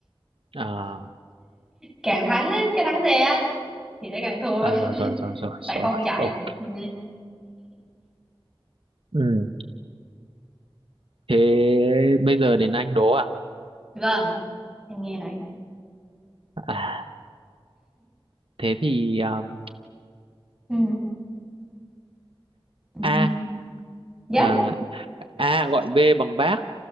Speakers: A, on the right; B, in the centre.
A: à,
B: Càng thắng á, cái thắng xe á thì sẽ càng thua
A: à rồi rồi rồi rồi
B: tại
A: rồi
B: không chạy.
A: ok
B: Ừ.
A: ừ. thế bây giờ đến anh đố à,
B: Vâng, em nghe này.
A: à thế thì um,
B: Ừ. Ừ.
A: a
B: Dạ,
A: à, a gọi b bằng bác